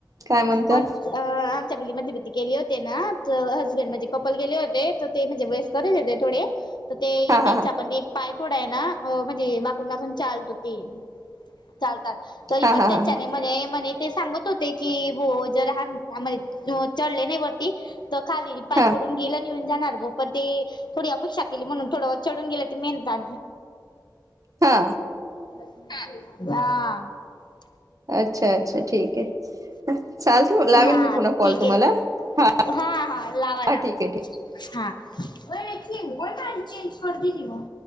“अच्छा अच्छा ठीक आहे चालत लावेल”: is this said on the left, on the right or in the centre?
Right